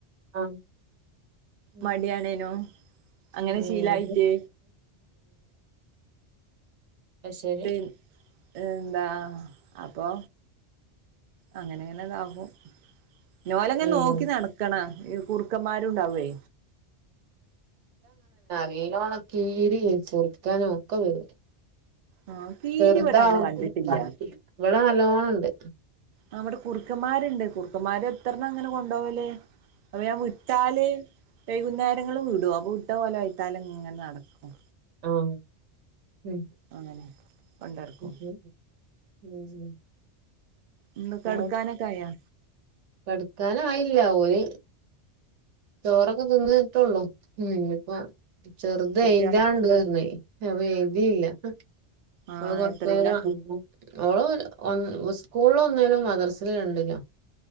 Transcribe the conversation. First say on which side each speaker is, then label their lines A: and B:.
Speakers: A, on the right (about 80°); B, on the right (about 55°).
A: ആഹ് ഉം
B: മടിയണേനോ അങ്ങനെ
A: ഉം.
B: ശീലായിട്ട്
A: അത് ശരി
B: പി എന്താ അപ്പൊ അങ്ങനെങ്ങനെ ഇതാകും ഞോലങ്ങെ
A: ഉം
B: നോക്കി നടക്കണ ഈ കുർക്കന്മാരുണ്ടാവേ
A: വെയിലോണ കീരി കുർക്കനും ഒക്കെ വരും
B: ആഹ് കീരി
A: വെറുതാ
B: ഇവിടെ അങ്ങനെ കണ്ടിട്ടില്ല
A: ഇവിടെ നല്ലോണണ്ട്
B: നമ്മടെ കുറുക്കന്മാരുണ്ട് കുറുക്കന്മാര് എത്രണം അങ്ങനെ കൊണ്ടവല് അപ്പൊ ഞാൻ വിട്ടാല് കുന്നേരങ്ങള്ല് വിടൊ അപ്പൊ വ്ട്ട ഓലെ വൈത്താലങ്ങനെ നടക്കും
A: ആഹ് ഉം
B: അങ്ങനെ കൊണ്ടടക്കും
A: ഉ ഉ ഉം ഉ
B: ഇന്ന് കെടക്കാനൊക്കെ
A: ആ
B: ആയാ
A: കട്ക്കാനായില്ല ഓല് ചോറൊക്കെ തിന്ന് ട്ടൊള്ളൂ ഉം ഞ്ഞ്പ്പം ചെർത്
B: കുട്ടികളെ
A: എഴുതാണ്ടർഞ്ഞെ അപ്പൊ എഴുതീല്ല ഓക്കെ
B: ആഹ്
A: അവള് കൊർച്ചേരം
B: എത്രയിലാ
A: അവള് സ് കൂളൊ ഒന്നാലും മദ്രസില് രണ്ടിലാ